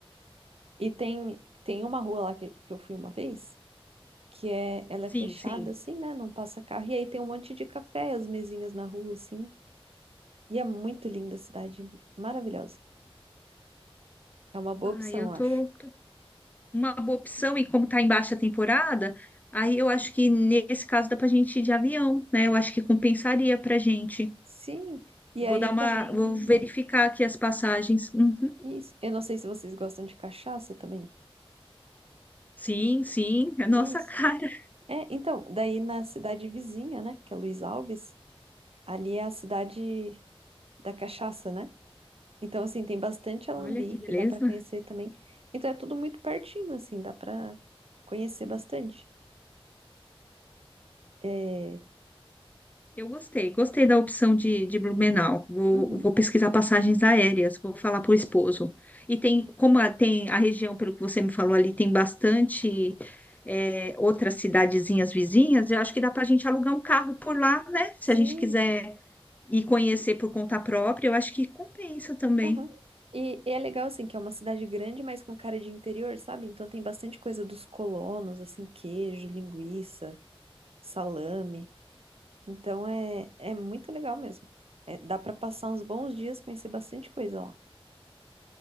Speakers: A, on the right; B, on the left.
A: E tem, tem uma rua lá que, que eu fui uma vez, que é, ela
B: Sim,
A: é fechada,
B: sim.
A: assim, né? Não passa carro. E aí tem um monte de café, as mesinhas na rua, assim. E é muito linda a cidade, maravilhosa. É uma boa
B: Ah,
A: opção,
B: eu
A: eu
B: tô,
A: acho.
B: uma boa opção e como está em baixa temporada, aí eu acho que nesse caso dá para a gente ir de avião, né? Eu acho que compensaria para a gente.
A: Sim. E
B: Vou
A: aí
B: dar uma,
A: também,
B: vou verificar aqui as passagens. Uhum.
A: isso. Eu não sei se vocês gostam de cachaça também.
B: Sim, sim, é nossa
A: Isso.
B: <laughs> cara.
A: É, então, daí na cidade vizinha, né, que é Luiz Alves, Ali é a cidade da cachaça, né? Então, assim, tem bastante alambique,
B: Olha que beleza.
A: dá pra conhecer também. Então, é tudo muito pertinho, assim, dá pra conhecer bastante. É...
B: Eu gostei, gostei da opção de, de Blumenau. Vou,
A: Uhum.
B: vou pesquisar passagens aéreas, vou falar para o esposo. E tem, como a- tem a região, pelo que você me falou ali, tem bastante é, outras cidadezinhas vizinhas, eu acho que dá para a gente alugar um carro por lá, né?
A: Sim.
B: Se a gente quiser ir conhecer por conta própria, eu acho que compensa também.
A: Aham. E, e é legal, assim, que é uma cidade grande, mas com cara de interior, sabe? Então, tem bastante coisa dos colonos, assim, queijo, linguiça, salame. Então, é, é muito legal mesmo. É, dá pra passar uns bons dias, conhecer bastante coisa lá.